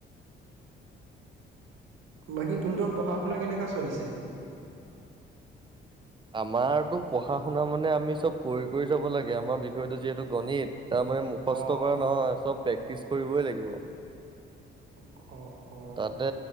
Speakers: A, on the right; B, on the right.
A: বাকী তুহতৰ পঢ়া শুনা কেনেকা চলিছে?
B: আমাৰতো পঢ়া শুনা মানে আমি চব কৰি কৰি যাব লাগে আমাৰ বিষয়টো যিহেতু গণিত, তাৰমানানে মুখস্থ
A: অ',
B: কৰা নহয় চব প্ৰেক্টিচ কৰিবই লাগিব।
A: অ' অ'।
B: তাতে